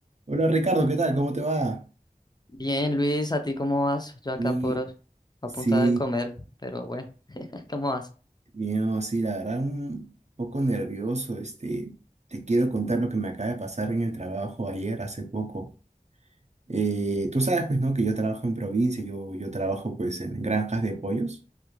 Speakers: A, on the right; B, on the left.
A: Hola Ricardo, ¿qué tal? ¿Cómo te va?
B: Bien, Luis, ¿a ti cómo vas? Yo acá
A: Mi,
B: por a
A: sí,
B: punto de comer, pero bueno, <laughs> ¿cómo vas?
A: mío, sí, la verdad, un poco nervioso. Este, te quiero contar lo que me acaba de pasar en el trabajo ayer, hace poco. Eh, tú sabes, pues, ¿no? Que yo trabajo en provincia, yo, yo trabajo, pues, en granjas de pollos